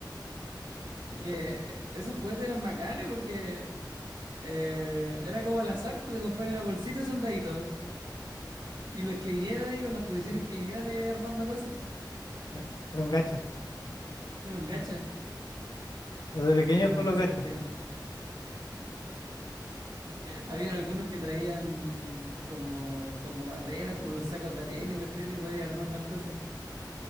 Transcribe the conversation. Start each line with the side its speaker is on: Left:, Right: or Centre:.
Right: Es que esos juguetes eran bacanes porque eh, era como al azar, pues te comprabas una bolsita de soldaditos. Y los que vinieran ahí con las posiciones que vinieran ahí armando cosas,
Left: ¿sí? Era un gacha,
Right: eran gachas.
Left: desde pequeños
Right: Eran bacanas
Left: con los gachas.
Right: esas cuestiones. Habían algunos que traían como, como barreras, como los sacos de arena y cuestiones, y podías armar más cosas.